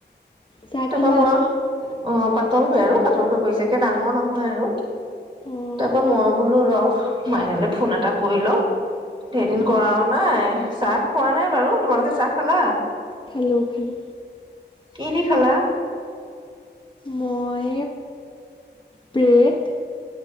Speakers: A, on the left; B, on the right.
A: চা
B: তাৰপা
A: খালা
B: মই অ পাতলকৈ আৰু পাতলকৈ পৰিছে একে ডাঙৰ নহয় আৰু
A: অঁ
B: তাৰ পৰাৰা মই বোলো ৰহ মাইনালৈ ফোন এটা কৰি লওঁ ৰদিন
A: অঁ
B: কৰাও নাই চাহ খোৱা নাই বাৰু তোমালোকে চাহ খালা
A: খালো, খালো।
B: কি দি খালা?
A: মই ব্ৰেড